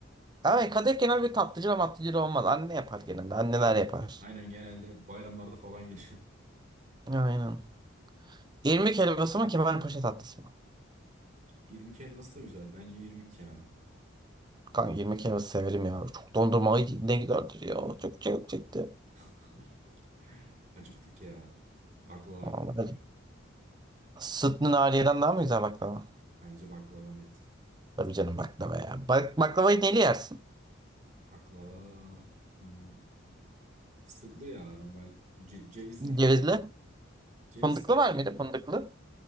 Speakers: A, on the right (about 20°); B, on the right (about 35°).
A: Evet, kadayıf genel bir tatlıcıla matlıcıla olmaz. Anne yapar genelde. Anneler
B: Aynen.
A: yapar.
B: Aynen genelde bayramlarda falan yeniyor.
A: Aynen. İrmik helvası mı, kemalpaşa tatlısı mı?
B: <laughs> İrmik helvası da güzel. Bence irmik ya.
A: Kanka irmik helvası severim ya. Çok dondurmalı ne giderdir ya. Çok çok çekti.
B: <laughs> Acıktık ya. Baklava
A: Vallahi.
B: kanka.
A: Sütlü nariyeden daha mı güzel baklava?
B: Bence baklava net.
A: Tabii canım baklava ya. Bak, baklavayı neli yersin?
B: Baklava hmm, fıstıklı ya normal. Ce- cevizli güzel
A: Cevizli.
B: de. Cevizli.
A: Fındıklı var mıydı fındıklı?